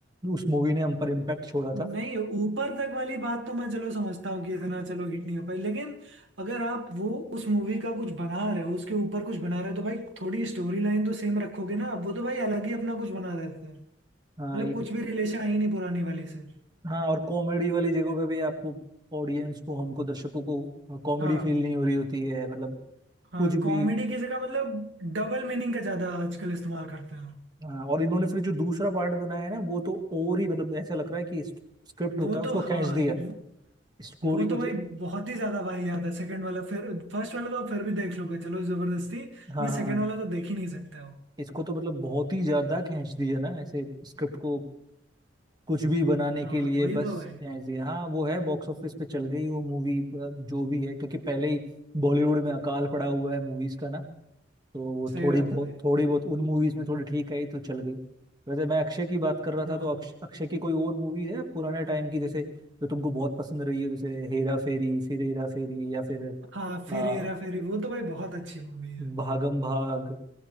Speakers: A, on the right; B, on the right.
A: उस मूवी ने हम पर इम्पैक्ट छोड़ा
B: नहीं
A: था
B: ऊपर तक वाली बात तो मैं चलो समझता हूँ कि इतना चलो हिट नहीं हो पाई लेकिन अगर आप वो उस मूवी का कुछ बना रहे हो उसके ऊपर कुछ बना रहे हो तो भाई थोड़ी स्टोरी लाइन तो सेम रखोगे ना आप वो तो भाई अलग ही अपना कुछ बना देते हैं
A: हाँ
B: मतलब
A: ये
B: कुछ भी रिलेशन आई नहीं पुरानी वाली से
A: हाँ और कॉमेडी वाली जगहों पे भी आपको ऑडियंस को हमको दर्शकों को कॉमेडी
B: हाँ
A: फील नहीं हो रही होती है मतलब
B: हाँ
A: कुछ भी
B: कॉमेडी की जगह मतलब डबल मीनिंग का ज्यादा आजकल इस्तेमाल करते हैं
A: हाँ, और इन्होंने फिर जो दूसरा पार्ट बनाया है ना वो तो और ही मतलब ऐसा लग रहा है कि स्क्रिप्ट होता
B: वो
A: है उसको
B: तो हाँ
A: खींच दिया
B: वो
A: स्टोरी
B: वो
A: को
B: तो भाई
A: जो
B: बहुत ही ज्यादा भाई याद है सेकंड वाला फिर फर्स्ट वाला तो आप फिर भी देख लोगे चलो जबरदस्ती
A: हाँ
B: ये
A: हाँ
B: सेकंड
A: हाँ
B: वाला तो देख ही नहीं सकते हो
A: इसको तो मतलब बहुत ही ज्यादा खींच दिया ना ऐसे स्क्रिप्ट को कुछ भी बनाने
B: हाँ
A: के लिए
B: वही
A: बस
B: तो भाई
A: ऐसे हाँ वो है बॉक्स ऑफिस पे चल गई वो मूवी जो भी है क्योंकि पहले ही बॉलीवुड में अकाल पड़ा हुआ है मूवीज का ना तो वो
B: सही
A: थोड़ी
B: बात
A: बहुत
B: है भाई
A: थोड़ी बहुत उन मूवीज में थोड़ी ठीक आई तो चल गई वैसे मैं अक्षय की बात कर रहा था
B: हाँ
A: तो अक्ष, अक्षय की कोई और मूवी है पुराने टाइम की जैसे जो तुमको बहुत पसंद रही है जैसे हेरा फेरी फिर हेरा फेरी या फिर
B: हाँ फिर
A: आ,
B: हेरा फेरी वो तो भाई बहुत अच्छी मूवी है
A: भागम भाग